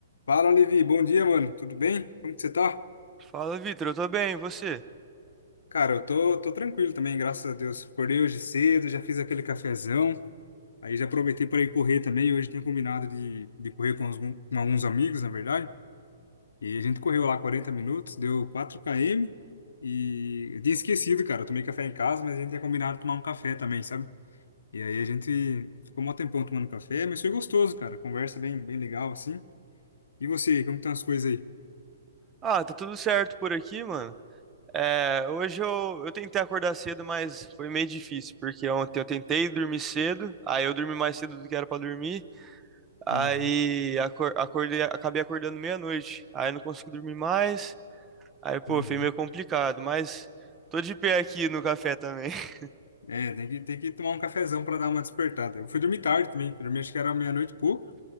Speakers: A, on the left (about 80°); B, on the right (about 20°).
A: Fala, Levi. Bom dia, mano. Tudo bem? Como que você tá?
B: Fala, Vitor, eu tô bem, e você?
A: Cara, eu tô, tô tranquilo também, graças a Deus. Acordei hoje cedo, já fiz aquele cafezão. Aí já aproveitei para ir correr também. Hoje tinha combinado de, de correr com, algum- com alguns amigos, na verdade. E a gente correu lá 40 minutos, deu quatro km. E eu tinha esquecido, cara. Eu tomei café em casa, mas a gente tinha combinado de tomar um café também, sabe? E aí a gente ficou um tempão tomando café, mas foi gostoso, cara. Conversa bem, bem legal, assim. E você, como que estão as coisas aí?
B: Ah, tá tudo certo por aqui, mano. É, hoje eu, eu tentei acordar cedo, mas foi meio difícil, porque ontem eu tentei dormir cedo, aí eu dormi mais cedo do que era pra dormir, aí
A: Uhum,
B: acor- acordei, acabei acordando meia-noite, aí não consegui dormir mais, aí pô,
A: uhum.
B: foi meio complicado, mas tô de pé aqui no café também. <laughs>
A: É, tem que, tem que tomar um cafezão pra dar uma despertada. Eu fui dormir tarde também, fui dormir acho que era meia-noite e pouco,